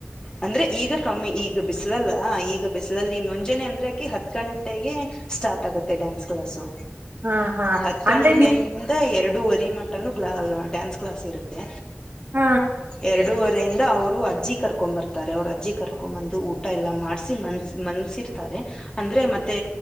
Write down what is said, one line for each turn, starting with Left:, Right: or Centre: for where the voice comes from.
Left: ಅಂದ್ರೆ ಈಗ ಕಮ್ಮಿ ಈಗ ಬಿಸಲಲ್ಲ ಈಗ ಬಿಸಲಲ್ಲಿ ಮುಂಜಾನೆ ಅಂದ್ರೆ ಅಕಿ ಹತ್ ಗಂಟೆಗೆ ಸ್ಟಾರ್ಟ್ ಆಗುತ್ತೆ ಡ್ಯಾನ್ಸ್ ಕ್ಲಾಸ್ಸು
Right: ಹಾ ಹಾ
Left: ಹತ್ತು
Right: ಅಂದ್ರೆ
Left: ಗಂಟೆಯಿಂದ್ ಎರಡುುವರಿ ಮಟ್ಟನು ಗ್ಲಾ ಡ್ಯಾನ್ಸ್ ಕ್ಲಾಸ್ ಇರುತ್ತೆ.
Right: ಹ
Left: ಎರಡೂವರೆ ಇಂದ ಅವರು ಅದ್ ಅಜ್ಜಿ ಕರ್ಕೊ ಬರ್ತಾರೆ ಅವರು ಅಜ್ಜಿ ಕರ್ಕೊ ಬಂದು ಊಟ ಎಲ್ಲಾ ಮಾಡ್ಸಿ ಮನ್ಸ್ ಮನ್ಸಿರ್ತಾರೆ. ಅಂದ್ರೆ ಮತ್ತೆ